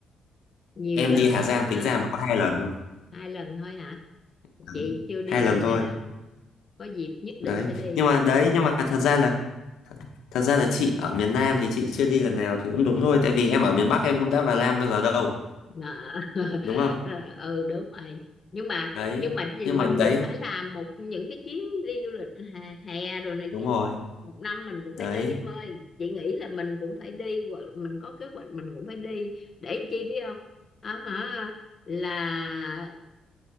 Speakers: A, on the left; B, on the left.
A: nhiều
B: em
A: lần
B: đi Hà
A: lắm
B: Giang
A: chắc
B: tính
A: hả
B: ra mà có hai lần thôi
A: hai lần thôi hả
B: đấy.
A: chị chưa đi
B: hai lần
A: lần
B: thôi
A: nào có dịp nhất định
B: đấy
A: sẽ đi
B: nhưng mà
A: chắc
B: đấy
A: là
B: nhưng mà thật ra là thật ra là chị ở miền Nam thì chị chưa đi lần nào thì cũng đúng thôi tại vì em ở miền Bắc em cũng đã vào Nam bao giờ đâu
A: Dạ. <laughs>
B: đúng không
A: Ờ, ừ đúng rồi nhưng mà
B: đấy
A: nhưng mà thì
B: nhưng
A: mình
B: mà đấy
A: cũng phải làm một những cái chuyến đi du lịch hè, hè rồi này
B: đúng
A: kia
B: rồi
A: một năm mình cũng phải
B: đấy
A: đi em ơi chị nghĩ là mình cũng phải đi hoặc mình có kế hoạch mình cũng phải đi để làm chi biết không à, hả là